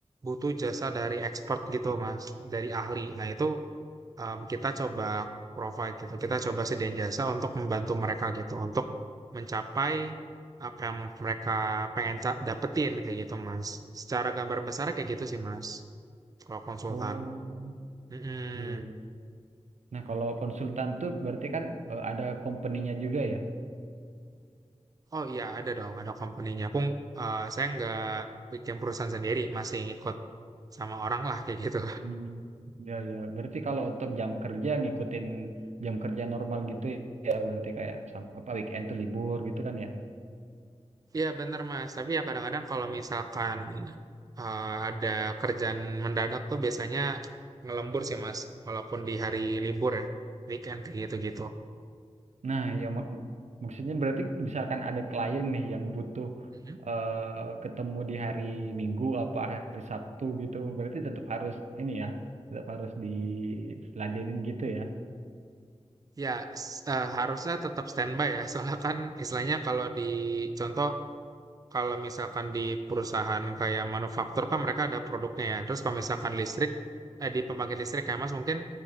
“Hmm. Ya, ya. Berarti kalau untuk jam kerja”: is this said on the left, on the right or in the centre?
Right